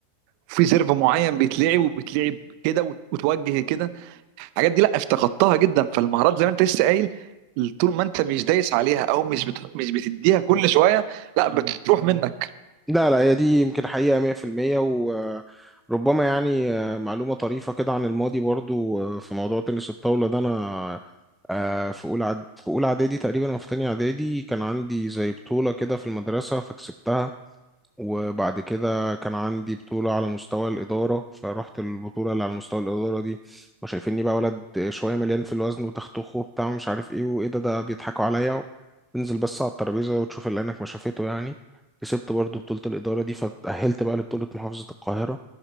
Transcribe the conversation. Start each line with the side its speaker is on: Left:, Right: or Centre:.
Right: في سيرف معين بيتلعب وبيتلعب كده وت- وتوجه كده الحاجات دي لا افتقدتها جدا فالمهارات زي ما انت لسه قايل طول ما انت مش دايس عليها او مش بت... مش بتديها كل شويه لا بتروح منك
Centre: لا لا هي دي يمكن حقيقة 100% وربما يعني آه، معلومة طريفة كده عن الماضي برضو آه، في موضوع تنس الطاولة ده أنا آه، في أولى إعد- في أولى إعدادي تقريبا أو في تانية إعدادي كان عندي زي بطولة كده في المدرسة فكسبتها وبعد كده كان عندي بطولة على مستوى الإدارة فرحت البطولة اللي على مستوى الإدارة دي وشايفيني بقى ولد شوية مليان في الوزن وتختخه وبتاع ومش عارف إيه وإيه ده ده بيضحكوا عليا انزل بس على الترابيزة وتشوف اللي عينك ما شافته يعني كسبت برضو بطولة الإدارة دي فتأهلت بقى لبطولة محافظة القاهرة